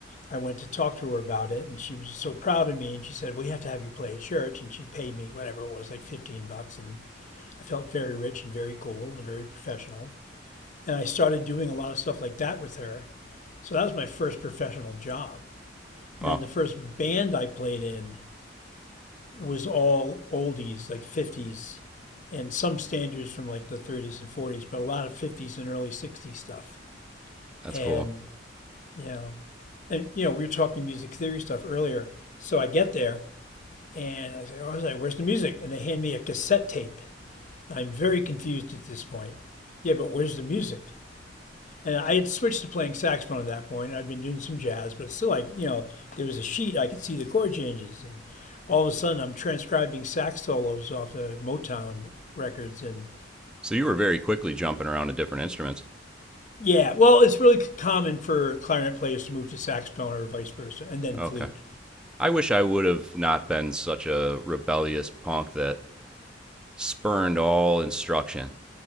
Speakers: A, on the left; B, in the centre.
A: I went to talk to her about it, and she was so proud of me, and she said, "We have to have you play at church," and she paid me whatever it was, like fifteen bucks, and I felt very rich and very cool and very professional. And I started doing a lot of stuff like that with her. So that was my first professional job. And
B: Wow,
A: then the first band I played in was all oldies, like 50s, and some standards from like the 30s and 40s, but a lot of 50s and early 60s stuff.
B: that's
A: And,
B: cool.
A: you know, and, you know, we were talking music theory stuff earlier. So I get there and I say, oh, I was like, where's the music? And they hand me a cassette tape. I'm very confused at this point. Yeah, but where's the music? And I had switched to playing saxophone at that point. I'd been doing some jazz, but still, like, you know, there was a sheet, I could see the chord changes. And all of a sudden, I'm transcribing sax solos off of Motown records. And
B: So you were very quickly jumping around to different instruments.
A: yeah, well, it's really common for clarinet players to move to saxophone or vice versa, and then
B: Okay.
A: flute.
B: I wish I would have not been such a rebellious punk that spurned all instruction.